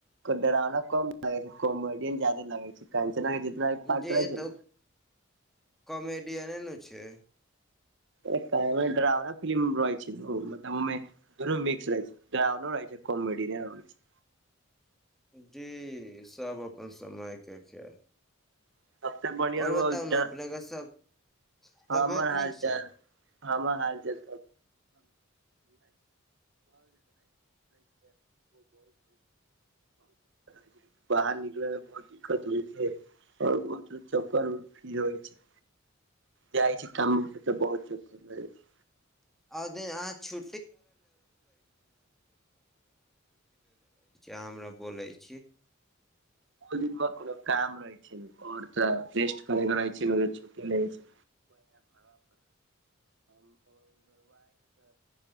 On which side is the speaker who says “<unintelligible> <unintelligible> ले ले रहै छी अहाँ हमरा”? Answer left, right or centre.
Centre